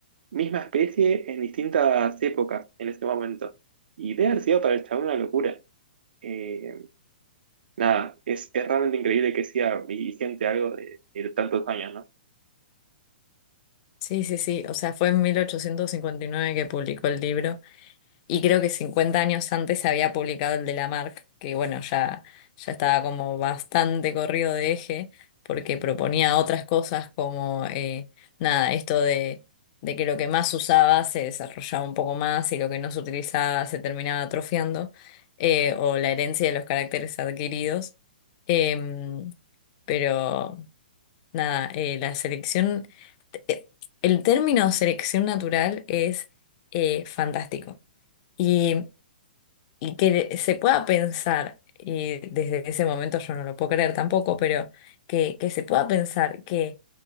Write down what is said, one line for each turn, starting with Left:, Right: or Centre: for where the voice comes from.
Right: misma especie en distintas épocas en ese momento. Y debe haber sido para el chabón una locura. Eh, nada, es, es realmente increíble que sea vigente algo de de tantos años, ¿no?
Left: Sí, sí, sí, o sea, fue en 1859 que publicó el libro Y creo que 50 años antes se había publicado el de Lamarck, que bueno, ya, ya estaba como bastante corrido de eje, porque proponía otras cosas como, eh, nada, esto de, de que lo que más usaba se desarrollaba un poco más y lo que no se utilizaba se terminaba atrofiando, eh, o la herencia de los caracteres adquiridos. Em, pero nada, eh, la selección, eh, el término selección natural es eh, fantástico. Y y que le- se pueda pensar, y desde ese momento yo no lo puedo creer tampoco, pero que, que se pueda pensar que